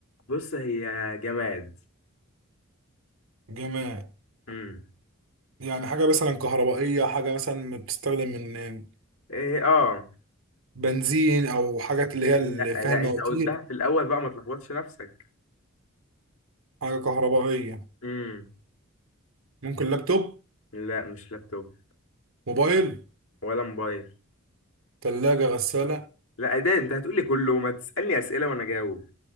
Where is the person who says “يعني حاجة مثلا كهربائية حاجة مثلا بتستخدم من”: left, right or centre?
Right